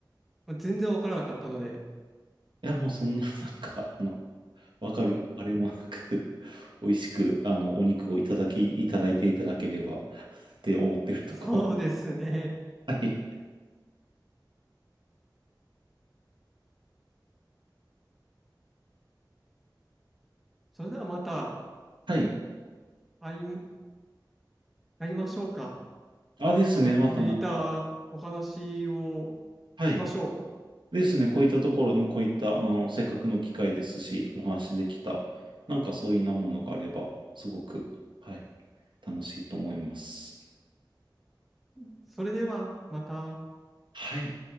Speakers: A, in the centre; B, on the right (about 80°).
A: 全然わからなかったので、
B: <laughs> いや、もうそんな、なんか、あの、わかる、あれもなく <laughs> 美味しく、あの、お肉をいただき、いただいていただければ <laughs> って思ってるところです。
A: <laughs> そうですね。
B: はい。
A: それではまた
B: はい。
A: 会い、会いましょうか。
B: あ、ですね。
A: またこういったお話をしましょ
B: またなんか、はい。ですね。こういったところの、こういった、あの、せっかくの機会ですし、お話できた、なんかそういうなものがあれば、すごく、はい、楽しいと思います。
A: う。それではまた。
B: はい。